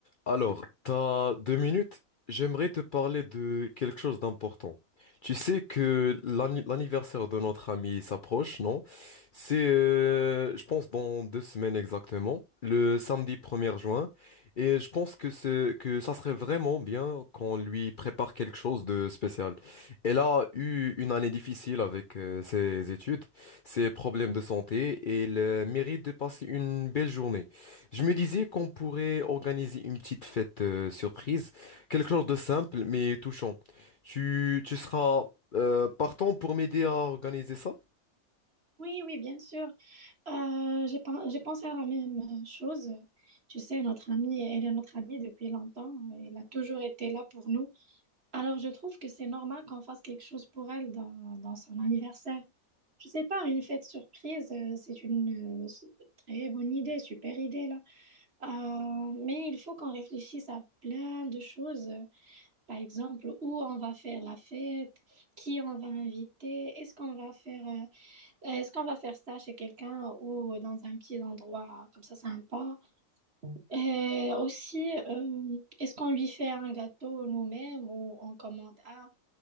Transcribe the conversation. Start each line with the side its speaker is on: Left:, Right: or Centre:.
Left: Alors, t'as deux minutes. J'aimerais te parler de quelque chose d'important. Tu sais que l'anni- l'anniversaire de notre ami s'approche, non? C'est, euh, je pense, dans deux semaines exactement, le samedi 1er juin. Et je pense que c'est, que ça serait vraiment bien qu'on lui prépare quelque chose de spécial. Elle a eu une année difficile avec euh, ses études, ses problèmes de santé, et elle euh, mérite de passer une belle journée. Je me disais qu'on pourrait organiser une petite fête euh, surprise, quelque chose de simple mais touchant. Tu, tu seras euh, partant pour m'aider à organiser ça?
Right: Oui, oui, bien sûr. Euh, j'ai pen- j'ai pensé à la même chose. Tu sais, notre amie, elle est notre amie depuis longtemps. Elle a toujours été là pour nous. Alors, je trouve que c'est normal qu'on fasse quelque chose pour elle dans, dans son anniversaire. Je sais pas, une fête surprise, euh, c'est une euh, s- très bonne idée, super idée là. Euh, mais il faut qu'on réfléchisse à plein de choses. Par exemple, où on va faire la fête, qui on va inviter, est-ce qu'on va faire euh, est-ce qu'on va faire ça chez quelqu'un ou dans un petit endroit comme ça sympa? Et aussi, euh, est-ce qu'on lui fait un gâteau nous-mêmes ou on commande un?